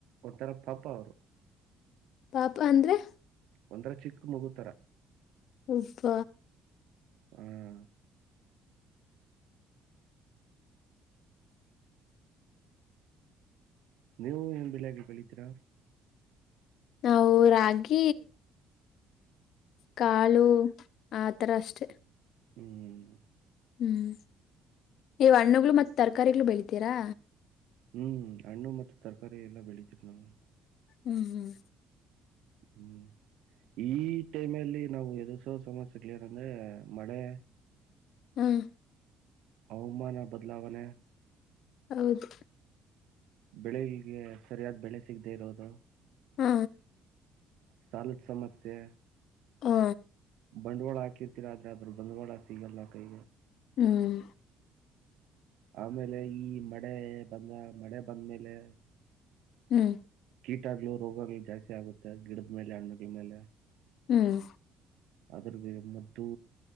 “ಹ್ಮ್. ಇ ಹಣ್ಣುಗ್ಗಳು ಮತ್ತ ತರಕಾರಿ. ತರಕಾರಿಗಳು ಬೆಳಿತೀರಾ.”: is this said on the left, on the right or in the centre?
Left